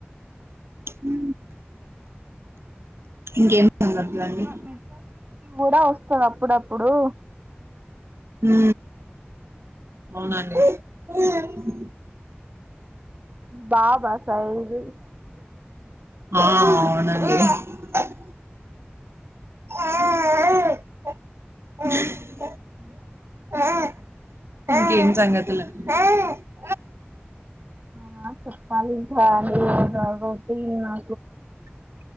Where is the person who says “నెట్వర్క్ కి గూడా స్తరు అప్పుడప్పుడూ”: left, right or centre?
Right